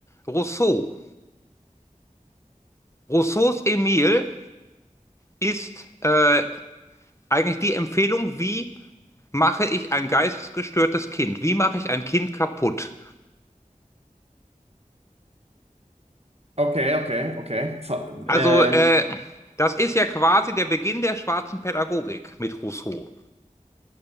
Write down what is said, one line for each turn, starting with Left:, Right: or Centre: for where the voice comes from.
Left: Rousseau. Rousseaus Emile ist äh, eigentlich die Empfehlung, wie mache ich ein geistesgestörtes Kind? Wie mache ich ein Kind kaputt?
Right: okay, okay, okay. Ver-
Left: Also,
Right: Ähm,
Left: äh, das ist ja quasi der Beginn der schwarzen Pädagogik mit Rousseau.